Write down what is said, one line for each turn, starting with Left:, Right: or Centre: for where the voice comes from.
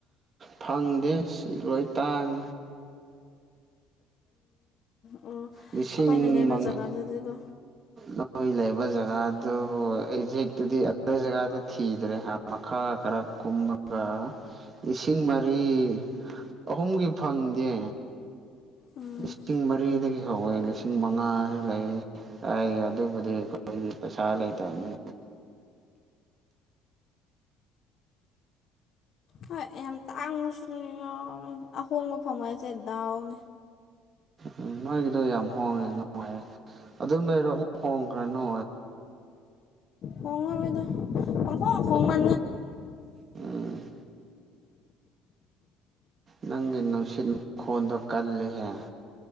Right: ꯐꯪꯗꯦ ꯁꯤ ꯂꯣꯏ ꯇꯥꯡꯉꯦ
Left: ꯑꯣ
Right: ꯂꯤꯁꯤꯡ
Left: ꯑꯩꯈꯣꯏꯅ ꯂꯩꯕ
Right: ꯃꯉꯥ
Left: ꯖꯒꯥꯗꯨꯗꯤꯀꯣ
Right: ꯅꯣꯏ ꯂꯩꯕ ꯖꯒꯥꯗꯨ ꯑꯦꯛꯖꯦꯛꯇꯨꯗꯤ ꯑꯗ ꯖꯒꯥꯗ ꯊꯤꯗ꯭ꯔꯦ ꯍꯥꯏꯕ ꯃꯈꯥ ꯈꯔ ꯀꯨꯝꯕꯒ ꯂꯤꯁꯤꯡ ꯃꯔꯤ ꯑꯍꯨꯝꯒꯤ ꯐꯪꯗꯦ
Left: ꯎꯝ
Right: ꯂꯤꯁꯤꯡ ꯃꯔꯤꯗꯒꯤ ꯍꯧꯋꯦ ꯂꯤꯁꯤꯡ ꯃꯉꯥꯁꯨ ꯂꯩ ꯍꯥꯏꯒ ꯑꯗꯨꯕꯨꯗꯤ ꯑꯩꯈꯣꯏꯗꯤ ꯄꯩꯁꯥ ꯂꯩꯇꯕꯅꯤ
Left: ꯍꯣꯏ ꯌꯥꯝ ꯇꯥ ꯑꯪꯉꯁꯨꯁꯨ ꯌꯥꯎꯔꯦ ꯑꯍꯣꯡꯕ ꯐꯪꯃꯁꯦ ꯗꯥꯎꯅꯦ
Right: ꯎꯝ ꯅꯣꯏꯒꯤꯗꯣ ꯌꯥꯝ ꯍꯣꯡꯉꯦ ꯅꯨꯡꯉꯥꯏꯔꯦ ꯑꯗꯨꯝ ꯂꯩꯔꯣ ꯑꯗꯨꯛ ꯍꯣꯡꯈ꯭ꯔꯅꯨ
Left: ꯍꯣꯡꯉꯔꯣꯏꯗ ꯑꯣꯈꯣꯈꯣꯡ ꯃ
Right: ꯎꯝ ꯅꯪꯒꯤ ꯅꯨꯡꯁꯤꯠ ꯃꯈꯣꯟꯗꯣ ꯀꯜꯂꯍꯦ